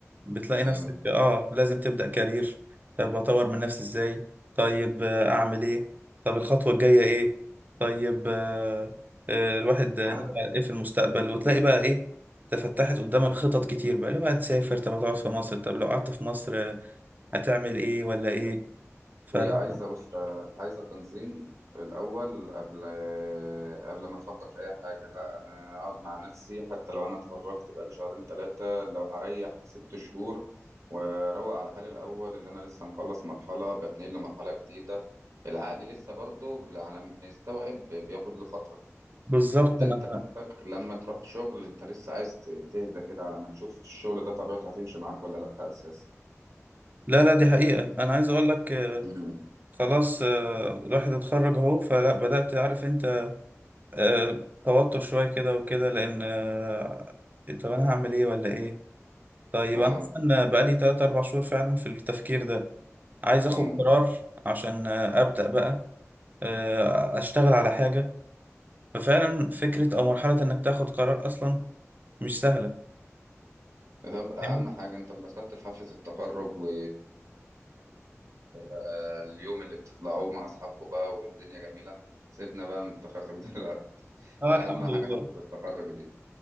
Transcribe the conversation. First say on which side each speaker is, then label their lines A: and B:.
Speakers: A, on the right (about 35°); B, on the right (about 70°).
A: بتلاقي
B: مم.
A: نفسك اه لازم تبدأ كارير طب اطور من نفسي ازاي طيب آه، اعمل ايه طب الخطوة الجاية ايه طيب آه آه، الواحد نوع
B: عارف
A: ايه في المستقبل وتلاقي بقى ايه تفتحت قدامك خطط كتير بقى لو هتسافر طب هتقعد في مصر طب لو قعدت في مصر آه، هتعمل ايه ولا ايه فلا
B: هي عايزة بص عايزة تنظيم الأول قبل قبل ما تفكر في أي حاجة لا أنا أقعد مع نفسي حتى لو أنا اتخرجت بقالي شهرين تلاتة لو هريح ست شهور وأروق على حالي الأول اللي أنا لسه مخلص مرحلة بتنقل لمرحلة جديدة العقل لسه برضه على ما يستوعب بياخد له فترة
A: بالظبط
B: حتى
A: انا
B: أنت نفسك لما تروح شغل أنت لسه عايز تهدى كده على ما تشوف الشغل ده طبيعته هتمشي معاك ولا لأ أساسا
A: لا لا دي حقيقة انا عايز اقول لك
B: مم.
A: خلاص آه، الواحد اتخرج اهو فلا بدأت عارف انت آه، توتر شوية كده وكده لأن آه، طب أنا هعمل إيه ولا إيه؟ طيب
B: اه
A: أنا أصلا بقالي تلات أربع شهور فعلا في التفكير ده عايز آخد
B: مم.
A: قرار عشان آه، أبدأ بقى آه، أشتغل على حاجة ففعلا فكرة أو مرحلة إنك تاخد قرار أصلا مش سهلة
B: طب اهم
A: فاهمني؟
B: حاجه انت انبسطت في حفله التخرج و... واليوم اللي بتطلعوه مع اصحابكم بقى والدنيا جميله سيبنا بقى من التخرج <laughs> دلوقتي
A: اه
B: ده
A: الحمد
B: اهم حاجه
A: لله
B: حفله التخرج دي